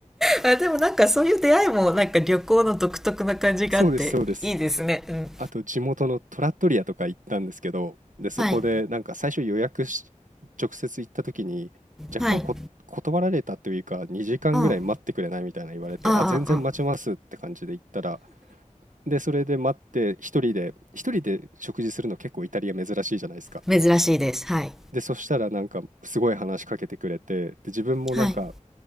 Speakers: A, in the centre; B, on the right (about 75°).
A: ルあでもなんかそういう出会いもなんか旅行の独特な感じがあっていいですねうん
B: <laughs> そうです、そうです。あと地元のトラットリアとか行ったんですけど、で、そこでなんか最初予約し、
A: はい
B: 直接行った時に若干こ断られたというか2時間ぐらい待ってくれないみたいな言われて、
A: はいうんあああ
B: あ、全然待ちますって感じで行ったら、で、それで待って、一人で一人で食事するの結構イタリア珍しいじゃないですか。
A: あ珍しいですはい
B: で、そしたらなんかすごい話しかけてくれて、で、自分もなんか、
A: はい